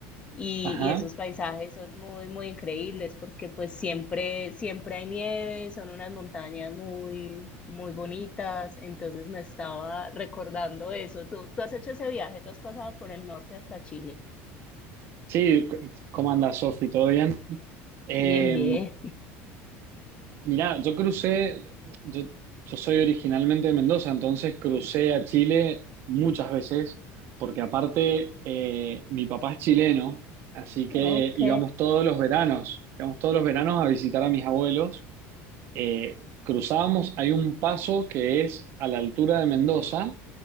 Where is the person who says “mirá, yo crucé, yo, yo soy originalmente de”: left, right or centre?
Right